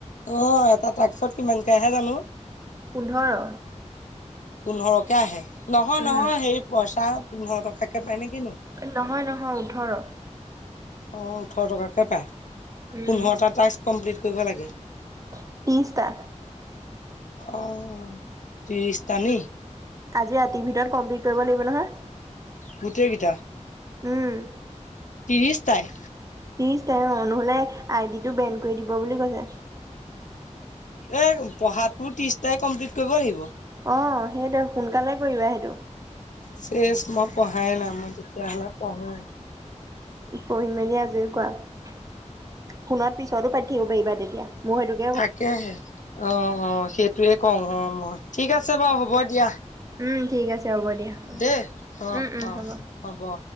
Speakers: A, on the left; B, on the right.
A: অ' এটা টাস্কত কিমানকে আহে জানো।
B: পোন্ধৰ।
A: পোন্ধৰকে আহে। নহয়
B: উম
A: নহয় সেৰি পইচা? পোন্ধৰ টকাকে পাই নে কিনো?
B: নহয় নহয় ওঠৰ।
A: অ' ওঠৰ টকাকৈ পায়।
B: উম
A: পোন্ধৰটা টাস্ক কমপ্লিট কৰিব লাগে।
B: ত্ৰিৰিশটা।
A: অ' ত্ৰিৰিশটা নি?
B: আজি ৰাতিৰ ভিতৰত কমপ্লিট কৰিব লাগিব নহয়
A: গোটেইকেইটা
B: উম
A: ত্ৰিছ তাই
B: ত্ৰিছ টা অ নহলে আই ডি টো বেন কৰি দিব বুলি কৈছে
A: এই পঢ়াটো ত্ৰিছ টাই কমপ্লিট কৰিব লাগিব।
B: অ সেইটোৱেই সোনকালে কৰিবা সেইটো
A: ছেছ মই পঢ়াই নাই মই তেতিয়াহলে পঢ়ো
B: পঢ়ি মেলি আজৰি কৰা ফোনত পিছতো পাতি থাকিব পাৰিবা তেতিয়া মোৰ সেইটো
A: তাকেহে অ অ সেইটোয়ে কওঁ অ মই ঠিক আছে বাৰু হ'ব দিয়া
B: উম ঠিক আছে হ'ব দিয়া
A: দেই। অ',
B: উম উম
A: অ',
B: হ'ব
A: হ'ব